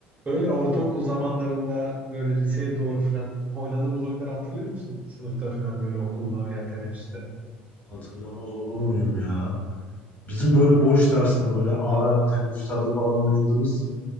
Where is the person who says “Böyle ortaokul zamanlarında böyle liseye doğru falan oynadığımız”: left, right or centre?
Right